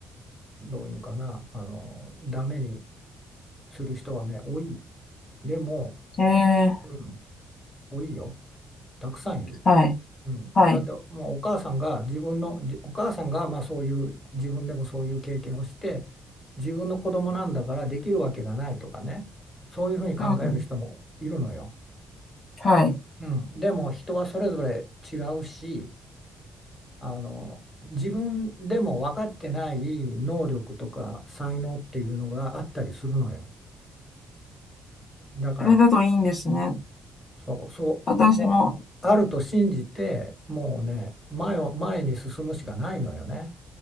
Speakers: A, on the left; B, on the left.
A: どういうのかな、あの、ダメにする人はね、多い。でも、
B: ええ、
A: うん、多いよ。たくさんいる。
B: はい。
A: うん、
B: はい。
A: だってもうお母さんが自分のじお母さんがまあそういう自分でもそういう経験をして自分の子供なんだからできるわけがないとかねそういうふうに考える人もいるのよ。
B: うん。はい。
A: うん、でも人はそれぞれ違うしあの自分でも分かってない能力とか才能っていうのがあったりするのよ。だから
B: それだといいんですね。
A: そう、そう、
B: 私も、
A: もうあると信じて、もうね、前を、前に進むしかないのよね。